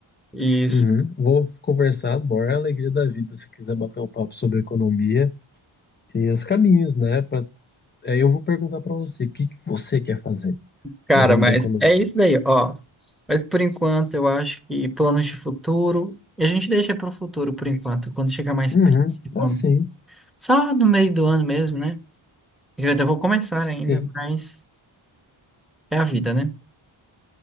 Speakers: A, in the centre; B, on the left.
A: Isso.
B: Uhum. Vou conversar, amor, é a alegria da vida, se quiser bater um papo sobre economia e os caminhos, né? Pra... Aí eu vou perguntar para você, o que que você quer fazer
A: Cara,
B: no ramo
A: mas
B: da economia?
A: é isso daí, ó. Mas por enquanto, eu acho que planos de futuro, a gente deixa para o futuro por enquanto, quando chegar mais
B: Uhum.
A: perto, quando...
B: Ah, sim,
A: só no meio do ano mesmo, né? Eu ainda vou começar ainda,
B: sim.
A: mas é a vida, né?